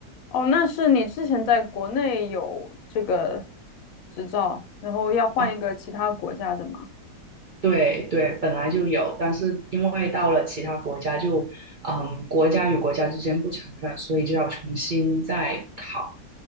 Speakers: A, on the left (about 65°); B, on the right (about 90°).
A: 哦，那是你之前在国内有这个执照，然后要换一个其他国家的吗？
B: 啊，对对，本来就有，但是因为到了其他国家就，嗯，国家与国家之间不承认，所以就要重新再考。